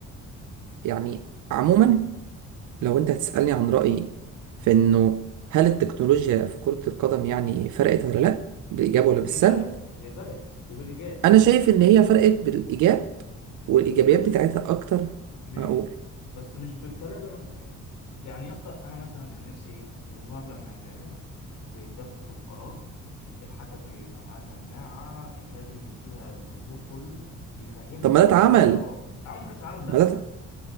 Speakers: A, on the right; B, on the left.
A: يعني عموما لو انت هتسألني عن رأيي في انه هل التكنولوجيا في كرة القدم يعني فرقت ولا لا بالإيجاب ولا بالسلب
B: هي فرقت هي فرقت وبالإيجاب لا
A: انا شايف ان
B: لا.
A: هي فرقت بالإيجاب والإيجابيات
B: بس ما كانش
A: بتاعتها اكتر
B: ماشي
A: انا اقول
B: بس مش بالطريقه اللي انا كنت عايزها يعني يا اسطى انا مثلا كان نفسي ايه الفار لما يتعمل ويتبت في القرار الحكم يبقى معاه سماعه يكلم فيها الجمهور كله يفهمهم
A: طب ما ده اتعمل
B: ايه القرار اتعمل في كاس العالم بس
A: ما ده اتع-